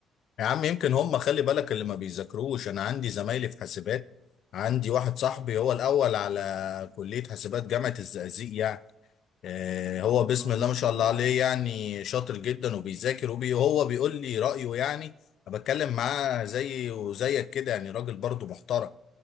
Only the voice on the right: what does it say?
اه
ما شاء
الله